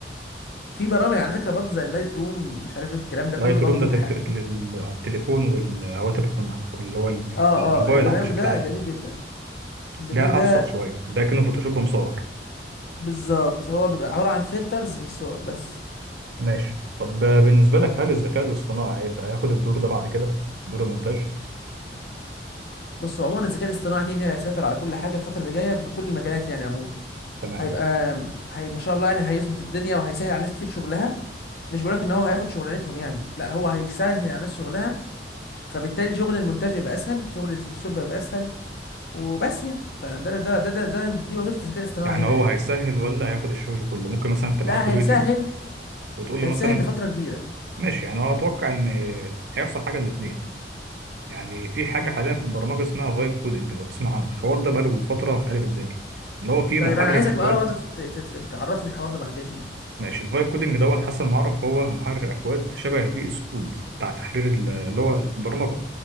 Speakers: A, on the left; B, on the right.
A: في برامج على فكره برضه زي اللايت روم مش عارف إيه الكلام ده
B: لايت
A: كله برضه
B: روم ده تل-
A: ح-
B: تل- التليفون والهواتف والمح- اللي هو
A: اه
B: الموبايل
A: اه البرنامج
B: عم بشكل
A: ده
B: عام
A: جميل جدا البرنامج
B: ده
A: ده
B: ابسط شويه ده كأنه فوتوشوب مصور
A: بالظبط هو بيبقى عبارة عن فلترز للصور بس
B: ماشي طب بالنسبه لك هل الذكاء الاصطناعي هيبقى ياخد الدور ده بعد كده دور المونتاج
A: بص عموما الذكاء الاصطناعي كده كده هيسيطر على كل حاجة الفترة اللي جاية من كل المجالات يعني عموما
B: تمام
A: هيبقى هي ما شاء الله يعني هيظبط الدنيا وهيسهل على ناس كتير شغلها مش بقولك ان هو هياخد شغلانتهم يعني لا هو هيسهل على ناس شغلها فبالتالي شغل المونتاج هيبقى اسهل شغل الفوتوشوب هيبقى اسهل وبس يعني فده ده ده ده, ده دي وظيفة الذكاء الاصطناعي
B: يعني
A: هنا
B: هو
A: يعني
B: هيسهل ولا هياخد الشغل كله ممكن مثلا تبعت
A: لا
B: له
A: هيسهل
B: فيديو وتقول
A: هيسهل
B: له مثلا
A: لفترة كبيرة
B: ماشي يعني هو اتوقع ان هيحصل حاجه من اتنين يعني في حاجه حاليا في البرمجه اسمها فايب كودنج لو تسمع عنها الحوار ده بقاله فتره قلب الدنيا ان هو في
A: طيب
B: محرر
A: انا عايزك
B: اكواد
A: بقى برضه تت- تت- تعرفني الحوار ده بعدين يعني
B: ماشي الفايب كودنج دوت حسن ما اعرف هو محرر اكواد شبه الفي اس كود بتاع تحرير ال- اللي هو البرمجه